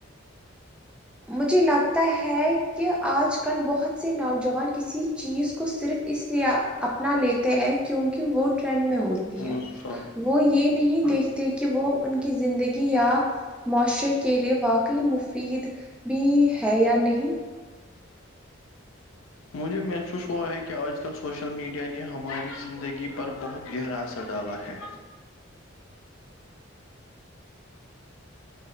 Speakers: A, in the centre; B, on the left (about 85°).
A: مجھے لگتا ہے کہ آج کل بہت سے نوجوان کسی چیز کو صرف اس اپنا لیتے ہیں کیونکہ وہ ٹرینڈ میں ہوتی
B: اچھا
A: ہے وہ یہ نہیں دیکھتے کہ وہ ان کی زندگی یا معاشرے کے لیے واقعی مفید بھی ہے یا نہیں
B: مجھے محسوس ہوا ہے کہ آج کل سوشل میڈیا نے ہماری زندگی پر بہت گہراسر ڈالا ہے